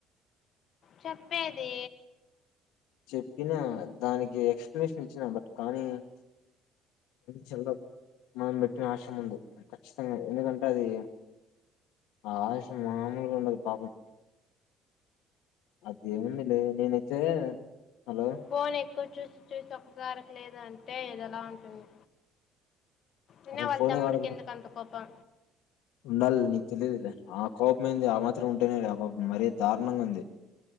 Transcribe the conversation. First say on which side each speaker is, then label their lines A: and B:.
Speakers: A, on the left; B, on the left.
A: చెప్పేది
B: చెప్పిన దానికి ఎక్సప్లనేషన్ ఇచ్చిన బట్ కానీ చెవులొ మనం పెట్టిన ఆశయం ముందు ఖచ్చితం ఎందుకంటే అది ఆ ఆశ మామూలుగా ఉండదు పాపం అది ఏముంది లేదు నేనైతే హలో
A: ఫోన్ చూసి చూసి చూసి ఒకసారికి లేదా అంటే ఇది ఎలా ఉంటుంది. ఉన్న
B: అసలు
A: వాళ్ళ
B: ఫోనే
A: తమ్ముడి
B: వాడకు
A: కెందుకు అంత కోపం
B: ఉండాలి నీకు తెలియదు లె ఆ కోపం ఏంది ఆ మాత్రం ఉంటేనే ఆ కోం మరే దారుణంగా ఉంది.